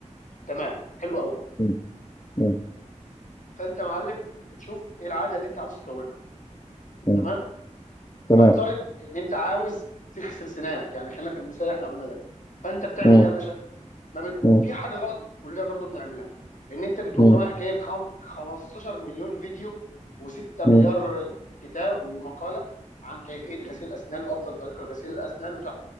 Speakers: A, on the left (about 80°); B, on the left (about 30°).
A: تمام حلو قوي
B: مم. مم.
A: فانت يا معلم بتشوف ايه العاده اللي انت عاوز تكونها
B: مم.
A: تمام
B: تمام
A: نفترض ان انت عاوز تغسل سنانك يعني خلينا في المثال اللي احنا قلنا ده فانت بتعمل
B: مم.
A: ايه يا باشا ما بت...
B: مم.
A: في حاجه غلط كلنا برضه بنعملها ان انت بتقوم
B: مم.
A: رايح جايب خم... 15 مليون فيديو و6 مليار
B: مم.
A: كتاب ومقاله عن كيفيه غسيل اسنان وافضل طريقه لغسيل الاسنان ومش عارف